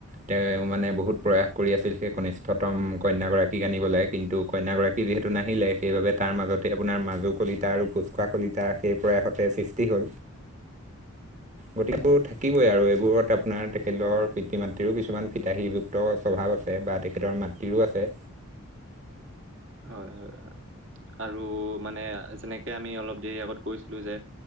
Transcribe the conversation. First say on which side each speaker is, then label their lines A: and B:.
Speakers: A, on the right; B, on the right.
A: তেওঁ মানে বহুত প্ৰয়াস কৰি আছিল সেই কনিষ্ঠতম কন্যাগৰাকী আনিবলৈ কিন্তু কন্যাগৰাকী যিহেতু নাহিলে সেইবাবে তাৰ মাজতে আপোনাৰ মাজুৰ কলিতা আৰু ভোচখোৱা কলিতা সেই পৰাইহঁতে সৃষ্টি হ'ল। গতিকেবোৰ থাকিবই আৰু এইবোৰত আপোনাৰ তেখেতৰ পিতৃ মাতৃৰো কিছুমান ফিতাহীযুক্ত স্বভাৱ আছে আছে বা তেখেতৰ মাতৃৰো আছে
B: হয় হয় হয় আৰু মানে যেনেকে আমি অলপ দেৰি আগত কৈছিলোঁ যে